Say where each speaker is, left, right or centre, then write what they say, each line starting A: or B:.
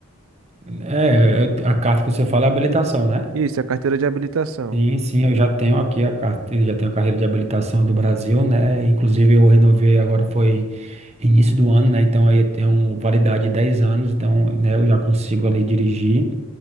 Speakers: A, on the right (about 30°); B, on the right (about 70°).
A: É, é- a carta que você fala é habilitação, né?
B: Isso, é a carteira de habilitação.
A: Sim, sim, eu já tenho aqui a carteira, já tenho a carreira de habilitação do Brasil, né? Inclusive eu renovei agora foi início do ano, né? Então aí eu tenho validade de 10 anos, então, né, eu já consigo ali dirigir,